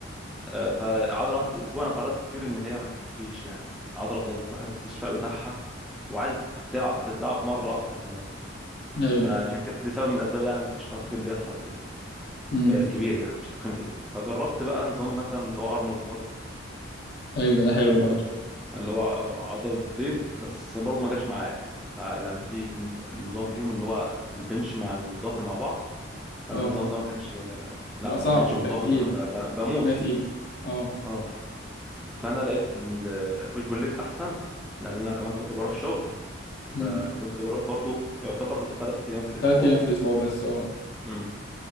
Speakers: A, in the centre; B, on the left.
A: آه، فعضله واحده في الاسبوع انا قررت كتير ان هي ما تكفيش يعني ان العضله خلاص بتبقى خدت الاستشفاء بتاعها وعايزه تتلعب تتلعب مره اكتر كمان
B: ايوه
A: فعشان كده دي سبب من الاسباب يعني ما فيش تضخيم بيحصل فيها
B: امم
A: آه، كبير يعني ما فيش تضخيم كبير فجربت بقى نظام مثلا اللي هو ارنولد برضه
B: ايوه ده حلو برضو
A: اللي هو آه، عضلتين بس برضه ما جاش معايا يعني ساعة- لان في نظ- نظام فيهم اللي هو البنش مع الظهر مع بعض فالنظام
B: اه
A: ده ما كانش آه، لا
B: بيبقى صعب
A: بنش
B: بيبقى
A: والظهر
B: تقيل
A: ب- ب- بموت
B: ما
A: فيه
B: تقيل اه
A: اه فانا لقيت البوش بول ليج احسن لان انا كمان كنت بروح شغل فكنت
B: امم
A: بروح برضو يعتبر ثلاث ايام في الاسبوع
B: تلات ايام في الاسبوع بس اه
A: امم